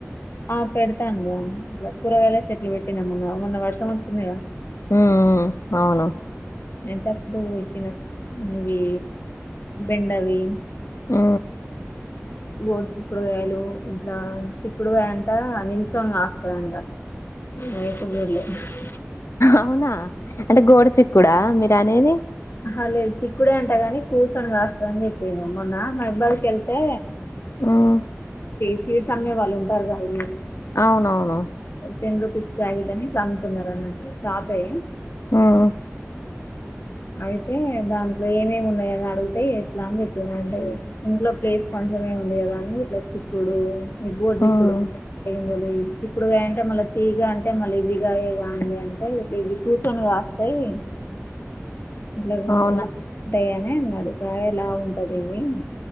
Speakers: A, on the left; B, on the left.
A: ఆ పెడతానుర ఇట్లా కూరవగాయల చెట్లు పెట్టినాము మొన్న వర్షం వచ్చింది గా
B: హా అవును
A: <unintelligible> ఇవి బెండవి
B: ఉ
A: గోడు చిక్కుడుకాయలు ఇంట్లా చిక్కుడుగాయ అంట నిల్చొనికాస్తాదంట <inaudible>
B: అవునా అంటే గోడు చిక్కుడా మీరు అనేది
A: అహ లేదు చిక్కుడే అంటాగాని కూర్చొని కాస్తాది అని చెప్పాను మొన్న మా అబ్బాయికి వెళ్తే
B: హ్మ్
A: సీడ్స్ అమ్మే వాళ్ళు ఉంటారు కదా
B: అవునవును
A: టెన్ రూపీస్ బ్యాగెట్ అని అమ్ముతున్నారు అన్నట్టు షాపే
B: ఉమ్
A: అయితే దాంట్లో ఏమేమి ఉన్నాయి అని అడిగితే ఎట్లా అని చెప్పన్నా అంటే ఇంట్లో ప్లేస్ కొంచమే ఉంది కదా అని ఇట్ల చిక్కుడు గోరు
B: హ్మ్
A: చిక్కుడు ఏమి లేదు ఇప్పుడు అంటే మళ్ళా తీగ అంటే మళ్ళీ ఇదిగాయ కాండి అంటే ఇవి కూర్చుని కాస్తాయి ఇట్లా
B: అవునా?
A: <inaudible> టాయనే నడుక ఇలా ఉంటంది ఇవి